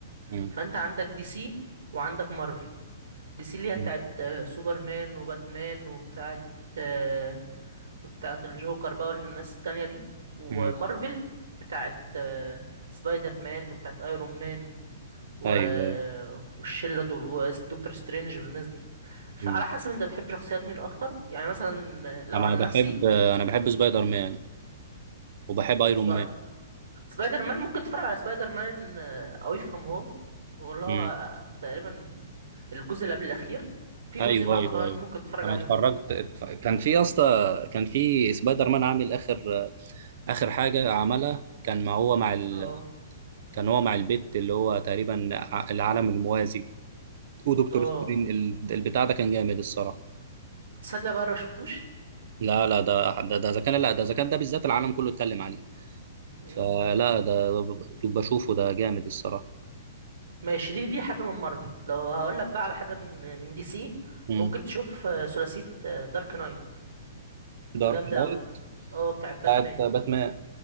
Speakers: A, on the right; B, on the right.
A: مم.
B: فأنت عندك دي سي وعندك مارفل دي سي اللي هي
A: مم.
B: بتاعت آه، سوبرمان وباتمان وبتاعت آه، وبتاعت الجوكر بقى والناس التانية دي ومارفل
A: مم.
B: بتاعت آه، سبايدر مان وبتاعت ايرون مان و...
A: ايوه
B: والشله دول ودكتور سترينج والناس دي فعلى
A: مم.
B: حسب انت بتحب شخصيات مين اكتر يعني مثلا لو
A: انا
B: عن
A: بحب
B: نفسي
A: آه، انا بحب سبايدر مان وبحب ايرون
B: سبا... سبايدر مان ممكن تتفرج على سبايدر مان اواي فروم هوم واللي هو
A: مان
B: تقريبا الجزء اللي قبل الاخير في
A: ايوه
B: جزء بعده
A: ايوه
B: كمان
A: ايوه
B: ممكن تتفرج
A: انا
B: عليهم
A: اتفرجت اتف- كان في يا اسطى كان في سبايدر مان عامل اخر اخر حاجه عملها كان ما هو مع ال...
B: اه
A: كان هو مع البت اللي هو تقريبا ع- العالم الموازي ودكتور
B: اه
A: سترين ال- البتاع ده كان جامد الصراحه
B: تصدق بقى لو شفتوش
A: لا لا ده ده ده اذا كان لا ده اذا كان ده بالذات العالم كله اتكلم عليه
B: مم.
A: فلا ده ب- بشوفه ده جامد الصراحه
B: ماشي دي دي حاجه من مارفل لو هقول لك بقى على حاجه من من دي سي
A: امم
B: ممكن تشوف آه، ثلاثيه دارك نايت
A: دارك
B: جامده
A: نايت
B: قوي اه بتاع باتمان
A: بتاعت باتمان